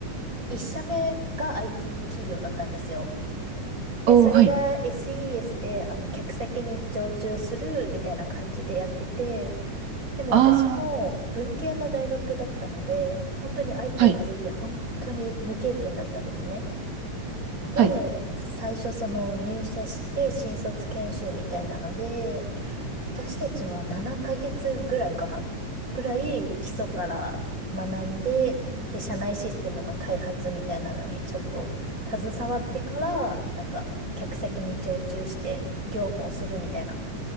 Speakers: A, on the right; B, on the right.
A: 一社目が IT 企業だったんですよ。で、
B: おー、
A: それが
B: はい。
A: SES で、あの、客先に常駐するみたいな感じでやってて、でも私も文系の大学だったので、
B: ああ、
A: 本当に IT
B: はい、
A: について本当に未経験だったんですね。で、
B: はい。
A: 最初その入社して新卒研修みたいなので、私たちは7ヶ月ぐらいかなぐらい基礎から学んで、で、社内システムの開発みたいなのにちょっと携わってから、なんか、客先に常駐して業務をするみたいな